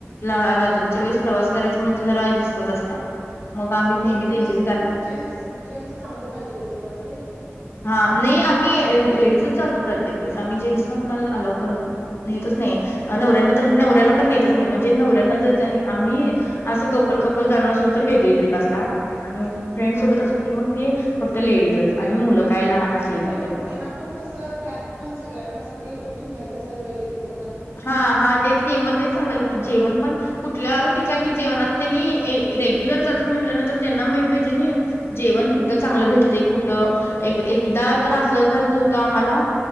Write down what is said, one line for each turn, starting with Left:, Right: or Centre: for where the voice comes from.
Left: रात्रीच्या वेळेस प्रवास करायचा म्हणजे जरा रिस्कच असत्या. मग आम्ही
Right: आणि
Left: नेहमी
Right: एखाद्या
Left: त्यांचीच
Right: वेळेस
Left: गाडी
Right: कोणतर जेन्स जेन्स चांगले पाहिजे होते च्यामध्ये.
Left: हा, नाही आम्ही लेडीजच जातो. प्रत्ये क वेळेस आम्ही जेन्ट्सला कुणाला अलाव करत नाही. नेतचं नाही
Right: हा
Left: नवऱ्याना
Right: हा
Left: तर नवऱ्यांना पण नेतच नाही म्हणजे नवऱ्यांना जर आम्ही, असं कपल कपल जाणार असलो तर वेगळी ट्रीप असत्या आणि फ्रेंड
Right: हा
Left: सोबत
Right: हा
Left: असलो, की मग ते फक्त लेडीजच आणि मुलं. काय लहान असली
Right: त्याला
Left: तर तेवढी.
Right: त्यांना पण कस त्यात पण सगळ्या सगळी गोष्टी माहित असायला पाहिजे कुठ
Left: हा हा तेच कि मगं तेच सांगालोय.
Right: हा
Left: की जेवण पण कुठल्या ठिकाणी जेवण आता त्यांनी रेग्युलर जातात. म्हटल्यानंतर, त्यांना माहित पाहिजे नाही. जेवण कुठं चांगलं भेटते कुठं एक एक एकदा
Right: हम्म
Left: तर असं झालत हो. आम्हाला